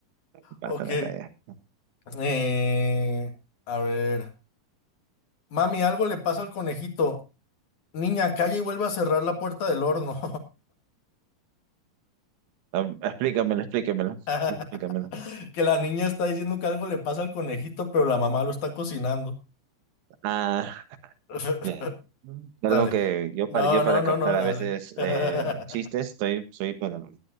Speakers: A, on the right (about 75°); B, on the left (about 50°).
A: ¿Qué pasa
B: Ok.
A: acá ya?
B: Eh, a ver. Mami, algo le pasa al conejito. Niña, calla y vuelve a cerrar la puerta del horno.
A: Ah, Explícamelo, explícamelo,
B: <laughs>
A: explícamelo.
B: Que la niña está diciendo que algo le pasa al conejito, pero la mamá lo está cocinando.
A: Ah,
B: <laughs>
A: Bien. Perdón
B: Dale.
A: que yo para,
B: No,
A: yo para
B: no, no,
A: captar
B: no, dale.
A: a veces
B: <laughs>
A: eh, chistes, estoy, soy para...